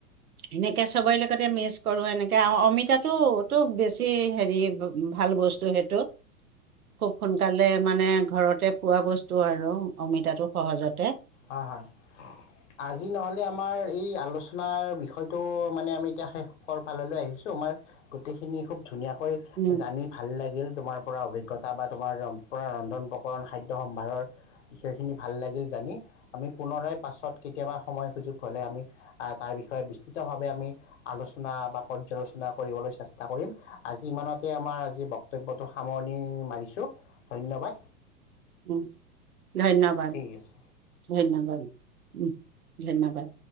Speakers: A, on the right (about 75°); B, on the left (about 55°).
A: সেনেকে চবেই ল মিছ কৰো এনেকে অমিতাটোতো বেছি হেৰি ভাল বস্তু সেইটো। খুব সোনকালে মানে ঘৰতে পোৱা বস্তু আৰু অমিতাটো সহজতে।
B: হয় হয়, আজি নহলে আমাৰ এই আলোচনাৰ বিষয়টো মানে আমি এতিয়া শেষৰ ফাললৈ আহিছো আমাৰ গোটেইখিনি খুব ধুনীয়াকৈ
A: উম
B: জানি ভাল লাগিল তোমাৰ পৰা অভিজ্ঞ অভিজ্ঞতা বা তোমাৰ পৰা ৰন্ধন প্ৰকৰণ খাদ্য সম্ভাৰৰ বিষয়খিনি ভাল লাগিল জানি। আমি পুনৰাই পাছত কেতিয়াবা সময় সুযোগ হলে আমি আহ তাৰ বিষয়ে বিস্তৃত ভাৱে আমি আলোচনা বা পৰ্যালোচনা কৰিবলৈ চেষ্টা কৰিম। আজি ইমানতে আমাৰ আজি বক্তব্যটো সামৰণি মাৰিছো, ধন্যবাদ।
A: উম ধন্যবাদ।
B: ঠিক আছে
A: ধন্যবাদ উম ধন্যবাদ।